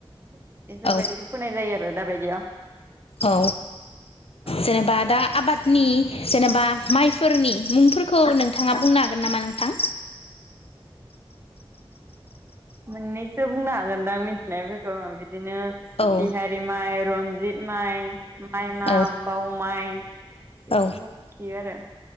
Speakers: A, on the right (about 25°); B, on the left (about 75°).
A: बेफोरबायदिखौ
B: औ
A: फोनाय जायो आरो दाबायदियाव
B: औ
A: दे
B: जेनेबा दा आबादनि जेनेबा माइ फोरनि मुंफोरखौ नोंथाङा बुंनो हागोन नामा नोंथां
A: मोननैसो बुंनो हागोनदां मिथिनायफोरखौ बिदिनो
B: औ
A: तिहारि माइ रनजित माइ माइ मा
B: औ
A: बाव माइ बेफोरखौ
B: औ
A: मिथियो आरो